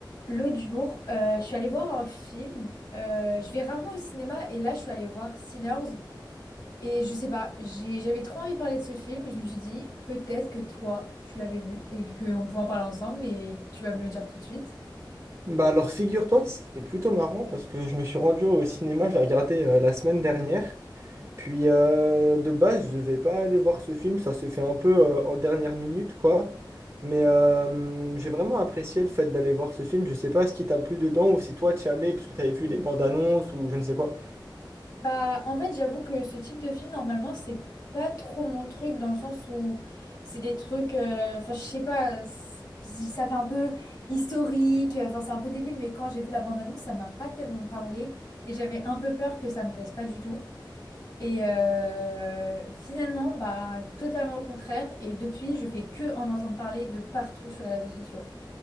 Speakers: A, on the left; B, on the right.
A: L'autre jour, euh, je suis allée voir un film. Euh, je vais rarement au cinéma et là, je suis allée voir Sinners. Et je sais pas, j'ai- j'avais trop envie de parler de ce film et je me suis dit, peut-être que toi, tu l'avais vu et qu'on pouvait en parler ensemble, mais tu vas me le dire tout de suite.
B: Bah alors figure-toi que c'est plutôt marrant parce que je me suis rendu au cinéma, je l'ai regardé euh, la semaine dernière. Puis euh, de base, je devais pas aller voir ce film, ça s'est fait un peu euh, en dernière minute quoi. Mais euh, j'ai vraiment apprécié le fait d'aller voir ce film. Je sais pas ce qui t'a plu dedans ou si toi tu y allais parce que t'avais vu les bandes annonces ou je ne sais quoi.
A: Bah, en fait, j'avoue que ce type de film, normalement, c'est pas trop mon truc dans le sens où c'est des trucs, euh, enfin, je sais pas, c'est- ça fait un peu historique, euh, enfin, c'est un peu débile, mais quand j'ai vu la bande-annonce, ça m'a pas tellement parlé et j'avais un peu peur que ça me plaise pas du tout. Et euh, finalement, bah, totalement le contraire. Et depuis, je fais que en entendre parler de partout sur les réseaux sociaux.